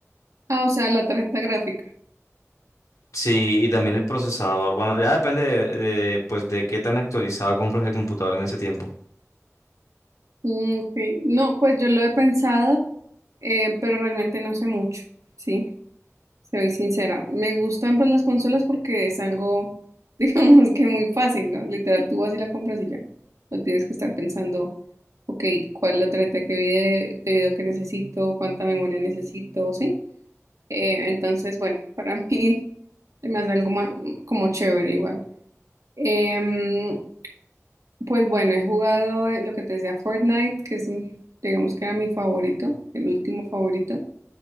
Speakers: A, on the right; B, on the left.
A: Ah, o sea, la tarjeta gráfica.
B: Sí, y también el procesador. Bueno, ya depende de, de, pues, de qué tan actualizado compras el computador en ese tiempo.
A: Mm, ok. No, pues yo lo he pensado, eh, pero realmente no sé mucho, sí, soy sincera. Me gustan pues las consolas porque es algo, <laughs> digamos que muy fácil, ¿no? Literal, tú vas y la compras y ya. No tienes que estar pensando, ok, ¿cuál es la tarjeta que vide- de video que necesito? ¿Cuánta memoria necesito? Sí. Eh, entonces, bueno, para <laughs> mí se me hace algo ma- como chévere igual. Em, Pues bueno, he jugado eh, lo que te decía Fortnite, que es, mm, digamos que era mi favorito, el último favorito.